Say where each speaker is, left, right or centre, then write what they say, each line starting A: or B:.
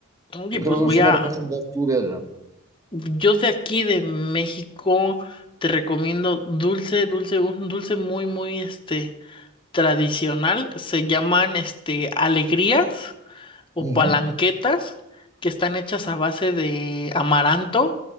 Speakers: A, on the left; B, on the right.
A: Oye,
B: ¿Qué otro
A: pues
B: dulce
A: voy a
B: me recomiendas tú de allá?
A: Yo de aquí de México te recomiendo dulce, dulce, un dulce muy, muy este tradicional. Se llaman este alegrías o
B: Ujú,
A: palanquetas que están hechas a base de amaranto